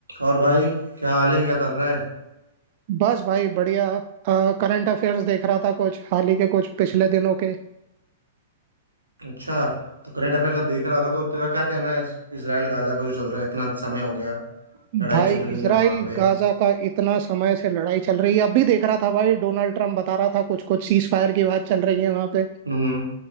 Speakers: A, on the right; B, on the right.
A: और भाई क्या हाल है क्या कर रहा है
B: बस भाई बढ़िया करंट अफेयर्स देख रहा था कुछ हाल ही के कुछ पिछले दिनों के
A: अच्छा तो करंट अफेयर आप देख रहा था तो तेरा क्या कहना है इस- इसराइल गाजा का जो चल रहा है इतना समय हो गया लड़ाई
B: भाई
A: चल रही
B: इसराइल
A: है वहां पे
B: गाजा का इतना समय से लड़ाई चल रही है अब भी देख रहा था भाई डोनाल्ड ट्रम्प बता रहा था कुछ कुछ सीज फायर की बात चल रही है वहां पे
A: हम्म